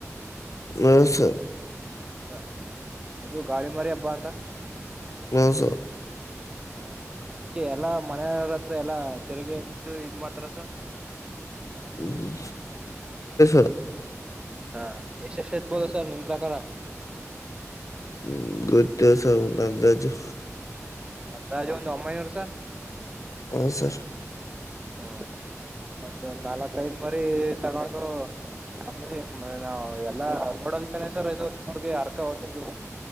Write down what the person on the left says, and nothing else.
ಹ ಸರ್
ಹಾ ಸರ್
ಹ್ಮ್ <unintelligible>
ಹ್ಮ ಗೊತ್ತಿಲ್ಲ ಸರ್ ಒಂದ್ ಅಂದಾಜು
ಹ್ಮ್ ಸರ್